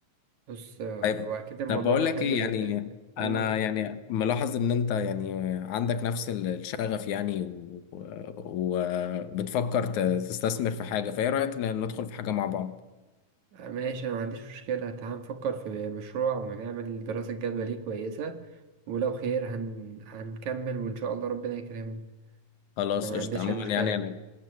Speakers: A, on the right; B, on the left.
A: بص آه،
B: طيب
A: واكيد الموضوع
B: طب بقول
A: ده
B: لك
A: حلو
B: ايه
A: جدا
B: يعني
A: قول
B: انا يعني ملاحظ ان انت يعني عندك نفس ال- الشغف يعني و- و- وبتفكر ت- تستثمر في حاجة فايه رأيك ن- ندخل في حاجة مع بعض
A: آه، ماشي أنا ما عنديش مشكلة تعال نفكر في مشروع ونعمل دراسة جدوى ليه كويسة ولو خير هن... هنكمل وإن شاء الله ربنا يكرمنا
B: خلاص
A: أنا ما
B: قشطة
A: عنديش
B: عموما
A: أي مشكلة
B: يعني انا